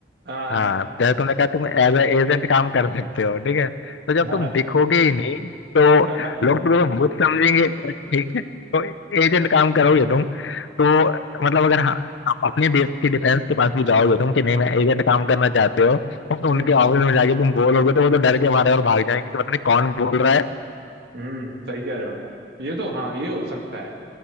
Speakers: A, on the right; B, on the left.
A: हाँ
B: हाँ जैसे तुमने कहा तुम एज एजेंट काम कर सकते हो ठीक है तो जब
A: <laughs>
B: तुम दिखोगे ही नहीं तो
A: हम्म
B: लोग तुम्हें भूत समझेंगे ठीक है तो एजेंट काम करोगे तुम तो मतलब अगर हाँ आप अपने देश की डिफेंस के पास भी जाओगे तुम कि नहीं मैं एजेंट काम करना चाहते हो और उनके
A: हम्म
B: ऑफिस में जाके तुम बोलोगे तो वो तो डर के मारे और भाग जाएंगे कि पता नहीं कौन बोल रहा है
A: हम्म सही कह रहे हो यार ये तो हाँ ये हो सकता है